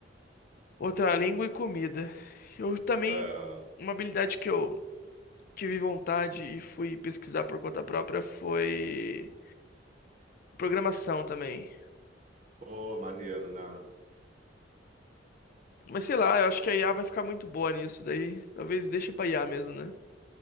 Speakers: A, on the left; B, on the right.
A: Outra língua e comida. Eu também,
B: É,
A: uma habilidade que eu tive vontade e fui pesquisar por conta própria foi programação também.
B: pô, maneiro, né?
A: Mas sei lá, eu acho que a IA vai ficar muito boa nisso, daí talvez deixe pra IA mesmo, né?